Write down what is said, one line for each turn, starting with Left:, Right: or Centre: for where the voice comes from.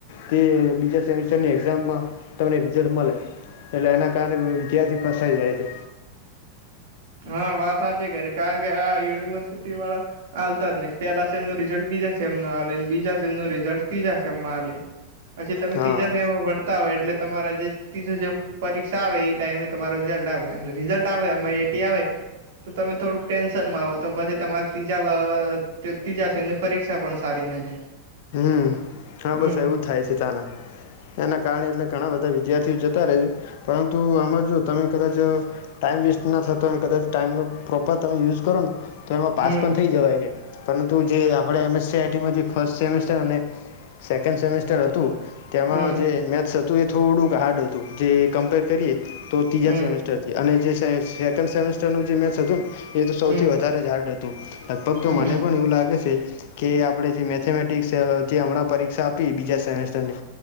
Left: તે બીજા સેમેસ્ટરની એક્ઝામમાં તમને રિઝલ્ટ મલે એટલે એના કારણે વિદ્યાર્થી ફસાય જાય છે.
Right: હા, વાત હાચી કરી કારણકે આ યુનિવર્સિટી વાળા હાલતા જ નહી. પહેલા સેમનું રિઝલ્ટ બીજા સેમ ના હાલે, બીજા સેમનું રિઝલ્ટ ત્રીજા સેમમાં હાલે પછી તમે
Left: હા
Right: ત્રીજા સેમમાં ભણતા હોય, એટલે તમારા જે ત્રીજો સેમ પરીક્ષા આવે એ ટાઈમે તમારો રિઝલ્ટ આવે અને રિઝલ્ટ આવે અ એટી આવે તો તમે થોડુંક ટેન્શનમાં આવ, તો પછી તમારે ત્રીજા <unintelligible> વ્યક્તિ જાશે અને પરીક્ષા પણ સારી ના જાય.
Left: હમ્મ હા
Right: હમ
Left: બસ એવું થાય છે તારા. એના કારણે એટલે ઘણા બધા વિદ્યાર્થીઓ જતા રહે છે પરંતુ આમાં જો તમે કદાચ ટાઈમ વેસ્ટ ના થાય તો કદાચ ટાઈમનો પ્રોપર તમે યુઝ કરો ને તો એમાં પાસ
Right: હમ
Left: પણ થઈ જવાય છે, પરંતુ જે આપણેે એમ એસ આટીમાં જે ફર્સ્ટ સેમેસ્ટર અને સેકન્ડ સેમેસ્ટર હતું, તેમાં
Right: હમ
Left: જે મેથ્સ હતું એ થોડુંક હાર્ડ હતું જે કમ્પેર કરીએ, તો ત્રીજા
Right: હમ
Left: સેમેસ્ટર અને જે સેકન્ડ સેમેસ્ટરનું જે મેચ હતું, એતો સૌથી
Right: હમ
Left: વધારે જ હાર્ડ હતું લગભગ તો
Right: હમ
Left: મને પણ એવું લાગે છે કે આપડે જે મેથેમેટ ઠીક છે, જે હમણાં પરીક્ષા આપી બીજા સેમેસ્ટર ની